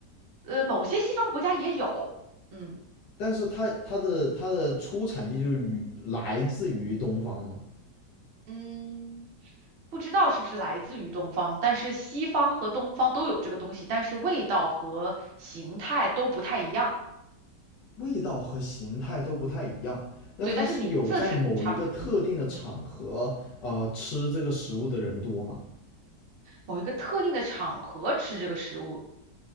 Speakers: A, on the right (about 65°); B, on the left (about 85°).
A: 呃，某些西方国家也有，嗯
B: 但是它它的它的出产地就是与来自于东方吗？
A: 嗯，不知道是不是来自于东方，但是西方和东方都有这个东西，但是味道和形态都不太一样，
B: 味道和形态都不太一样，那它是有在某一个特定的场合，
A: 对，但是名字是差不多，嗯。
B: 呃，吃这个食物的人多吗？
A: 某一个特定的场合吃这个食物，